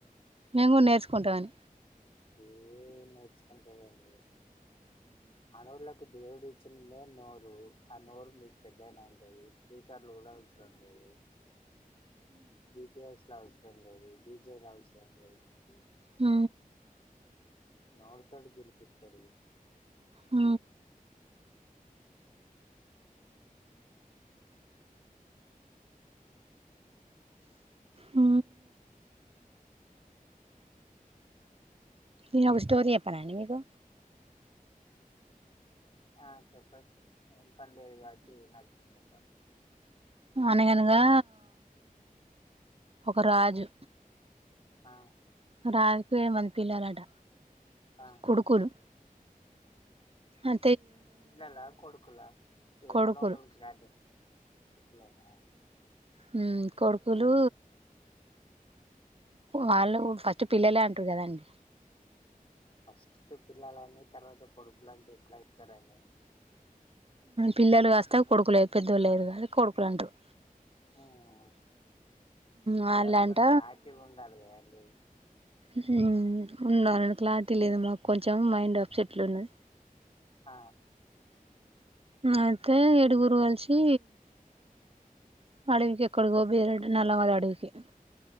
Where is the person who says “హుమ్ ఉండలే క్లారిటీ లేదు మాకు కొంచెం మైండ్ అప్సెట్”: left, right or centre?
Right